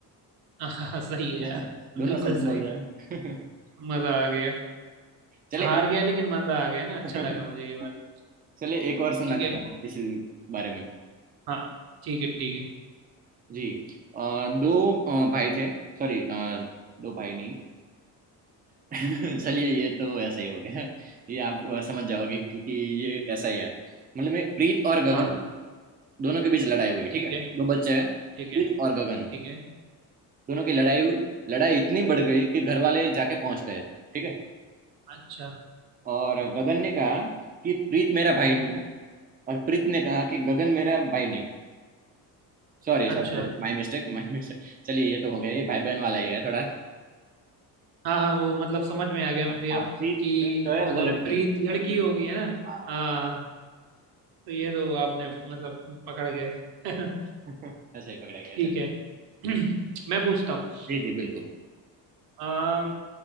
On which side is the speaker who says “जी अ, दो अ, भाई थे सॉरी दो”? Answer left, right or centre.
Right